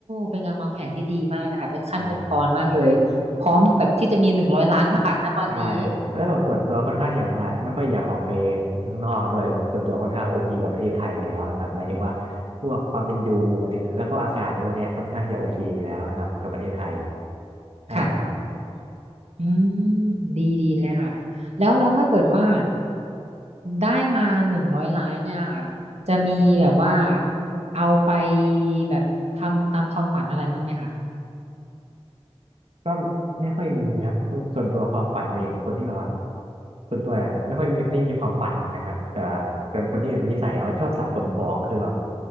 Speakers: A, on the right; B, on the right.
A: เป็นการวางแผนที่ดีมากนะคะเป็นขั้นเป็นตอนมากเลยพร้อมแบบที่จะมีหนึ่งร้อยล้านบาทนะตอนนี้
B: ใช่าใช่แล้วแบบส่วนตัวค่อนข้างที่แบบว่าไม่ค่อยอยากออกไปข้างนอกด้วยส่วนตัวค่อนข้างโอพีกับประเทศไทยแล้วนะครับหมายถึงว่าพวกความเป็นอยู่หมายถึงแล้วก็อากาศในพวกเนี้ยค่อนข้างที่จะโอเคแล้วนะครับกับประเทศไทยใช่ครับ
A: ค่ะ อืมดีดีเลยค่ะแล้วแล้วถ้าเกิดว่าได้มาหนึ่งร้อยล้านเนี่ยค่ะจะมีแบบว่าเอาไปแบบทำตามความฝันอะไรบ้างไหมคะ
B: ก็ไม่ค่อยมีนะส่วนตัวความฝันตัวเองเป็นคนที่แบบว่าส่วนตัวเนี่ยไม่ค่อยมีไม่มีความฝันนะครับแต่แ่เป็นคนที่แบบนิสัยว่าชอบสะสมของคือแบบ